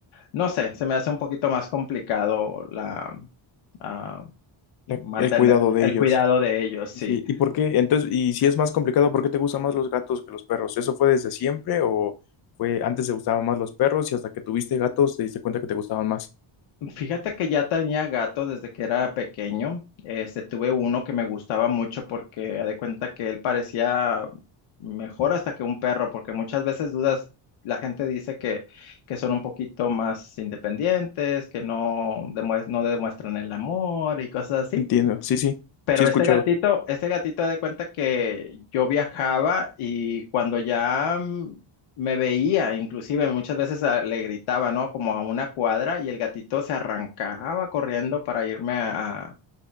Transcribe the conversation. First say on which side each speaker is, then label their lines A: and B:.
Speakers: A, on the left; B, on the left.
A: no sé, se me hace un poquito más complicado la, ah,
B: La-
A: mantener
B: el cuidado de
A: el
B: ellos.
A: cuidado de ellos, sí.
B: Sí, sí. ¿Y por qué? Entonces, y si es más complicado, ¿por qué te gustan más los gatos que los perros? ¿Eso fue desde siempre o fue antes te gustaban más los perros y hasta que tuviste gatos te diste cuenta que te gustaban más?
A: Fíjate que ya tenía gato desde que era pequeño. Este, tuve uno que me gustaba mucho porque haz de cuenta que él parecía mejor hasta que un perro, porque muchas veces dudas, la gente dice que, que son un poquito más independientes, que no, demues- no demuestran el amor y cosas así.
B: Entiendo. Sí, sí.
A: Pero
B: Sí he escuchado.
A: este gatito, este gatito de cuenta que yo viajaba y cuando ya mm, me veía, inclusive muchas veces ah, le gritaba, ¿no? Como a una cuadra y el gatito se arrancaba corriendo para irme a,